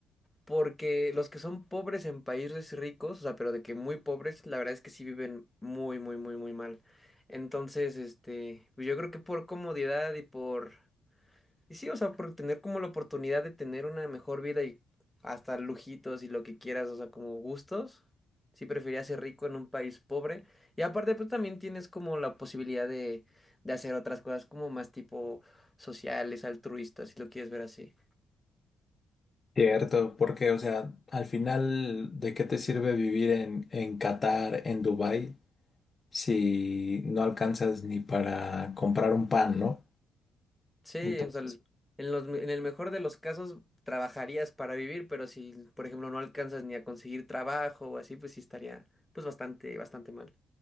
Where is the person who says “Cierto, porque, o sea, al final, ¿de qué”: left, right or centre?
Left